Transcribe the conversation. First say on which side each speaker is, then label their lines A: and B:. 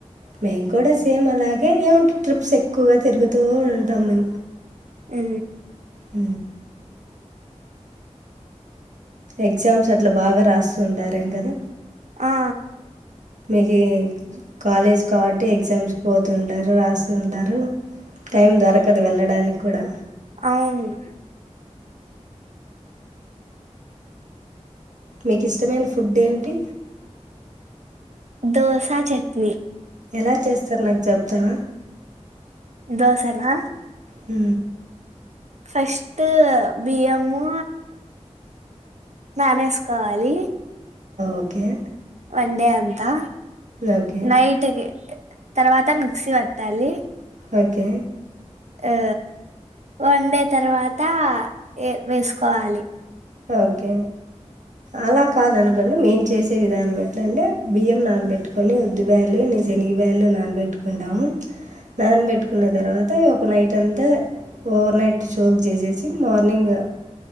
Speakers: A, on the right; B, on the right.
A: మేము కూడా సేమ్ అలాగే ఏమి ట్రిప్స్ ఎక్కువగా తిరుగుతూ ఉంటాం మేము
B: ఉ
A: హ ఎగ్జామ్స్ అట్లా బాగా రాస్తుంటారు ంటారంగదా
B: ఆ
A: మీకి కాలేజ్ కాబట్టి ఎగ్జామ్స్ పోతుూ ఉంటారు రాస్తుంటారు టైం దొరకదు వెళ్ళడానికి కూడా
B: అవును
A: మీకు ఇష్టమైన ఫుడ్ ఏమిటి
B: దోసా చట్నీ
A: ఎలా చేస్తారు నాకు చెప్ త
B: దోసనా
A: ఉ
B: ఫస్ట్ బియ్యము నానేసుకోవాలి
A: ఓకే
B: వన్ డే అంతా
A: ఓకే
B: నైట్కి తర్వాత మిక్సీ పట్టాలి
A: ఓకే
B: ఆ వన్ డే తర్వాత ఏ వేసుకోవాలి
A: ఓకే అలా కాదనుకోండి మేం చేసే విధానమే ఎట్లా అంటే బియ్యం నానబట్టుకొని ఉద్ది బ్యాల్లు ఇన్ని శనగ బ్యాల్లు నానబెటుకుంటాము నానబెట్టుకున్న తర్వాత ఒక నైట్ అంతా ఓవర్నైట్ షోక్ చేసేసి మార్నింగ్